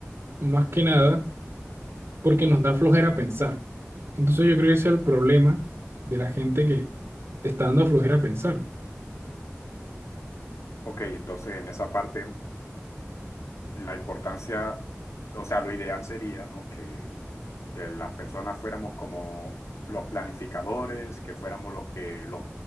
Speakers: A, on the right; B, on the left.
A: más que nada, porque nos da flojera pensar. Entonces, yo creo que ese es el problema de la gente que está dando flojera pensar.
B: Ok, entonces en esa parte... la importancia, o sea, lo ideal sería, ¿no? Que, que las personas fuéramos como los planificadores, que fuéramos los que, los,